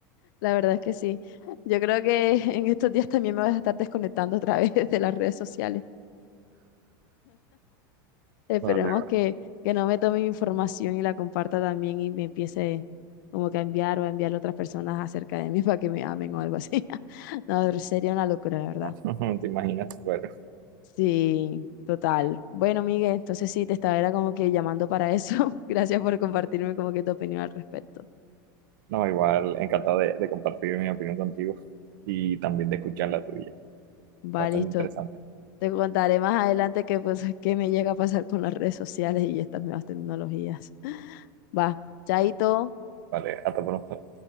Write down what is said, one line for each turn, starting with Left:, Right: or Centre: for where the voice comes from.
Left: La verdad es que sí. Yo creo que <laughs> en estos días también me voy a estar desconectando otra vez <laughs> de las redes sociales. Esperemos
Right: Vale,
Left: que, que no me tome mi información y la comparta también y me empiece como que a enviar o a enviar a otras personas acerca de mí <laughs> para que me amen o algo así. <laughs> No, sería una locura, la verdad.
Right: vale. <laughs> ¿Te imaginas? Bueno,
Left: Sí, total. Bueno, Miguel, entonces sí, te estaba era como que llamando para eso. <laughs> Gracias por compartirme como que tu opinión al respecto.
Right: no, igual encantado de, de compartir mi opinión contigo y también de escuchar la tuya.
Left: Va,
Right: Bastante
Left: listo.
Right: interesante.
Left: Te contaré más adelante qué pues, qué me llega a pasar con las redes sociales y estas nuevas tecnologías. Va, chaito.
Right: Vale, hasta pronto.